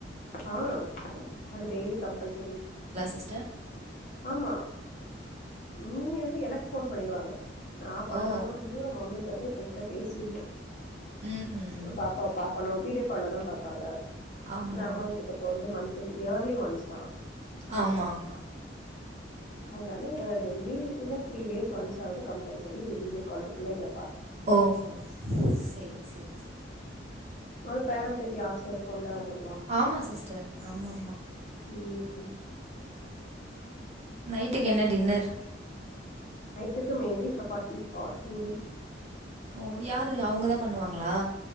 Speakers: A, on the left (about 45°); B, on the right (about 35°).
A: ஆ அது டெய்லி கம்பல்சரி
B: சிஸ்டர்
A: ஆமா நீ வந்து எனக்கு போன் பண்ணிடுவாங்க நான் பன்றனோ
B: ஓ
A: இல்லையோ மம்மிக்கு வந்து என்கிட்ட பேசிடுனு
B: ம்ஹூம்
A: பாப்பா பாப்பா கணு வீடியோ கால்ல தா பாப்பாங்க
B: ஆமா
A: நம்ம வீட்டுக்கு போறது மண் இயர்லி ஒன்ஸ் தா
B: ஆமா ஆமா
A: அதனால டெய்லி இல்ல த்ரீ டேஸ் ஒன்ஸ் ஆவது கம்பல்சரி வீடியோ கால்ல புள்ளைங்ள
B: ஓஹோ சேரி சேரி சேரி
A: அப்ரோ பேரபேத்தி ஆச இருக்குல்ல அவங்ளுக்கெல்லா
B: ஆமா சிஸ்டர் ஆமாமா
A: உம்
B: நைட்டுக்கு என்ன டின்னர்
A: நைட்டுக்கு மேபி சப்பாத்தி ஆர் பூரி
B: ஓ யாரு அவுங்கதா பண்ணுவாங்ளா